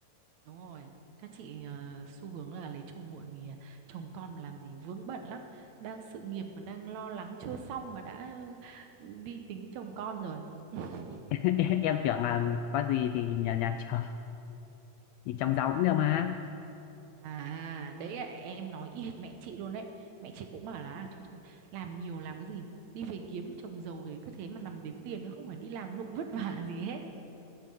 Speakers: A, on the right (about 70°); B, on the left (about 80°).
A: Đúng rồi, các chị ờ, xu hướng là lấy chồng muộn vì ờ, chồng con mà làm gì vướng bận lắm, đang sự nghiệp còn đang lo lắng chưa xong mà đã ờ, đi tính chồng con rồi. <laughs>
B: <laughs> em tưởng là có gì thì nhà nhà chồng thì chồng giàu cũng được mà
A: À, đấy là em nói y hệt mẹ chị luôn đấy. Mẹ chị cũng bảo là à, thôi thôi, làm nhiều làm cái gì, đi về kiếm chồng giàu thì cứ thế mà nằm đếm tiền nó không phải đi làm lụng vất vả gì hết ấy.